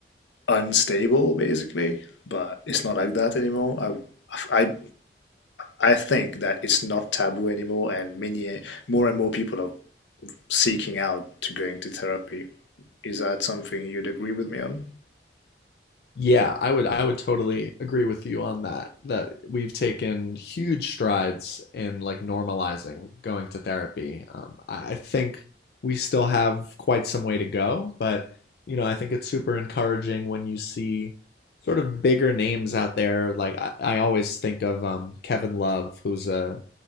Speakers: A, on the left; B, on the left.
A: unstable, basically. But it's not like that anymore. I, I, I think that it's not taboo anymore, and many more and more people are seeking out to going to therapy. Is that something you'd agree with me on?
B: Yeah, I would I would totally agree with you on that. That we've taken huge strides in like normalizing going to therapy. Um, I I think we still have quite some way to go, but you know, I think it's super encouraging when you see sort of bigger names out there. Like I, I always think of um, Kevin Love, who's a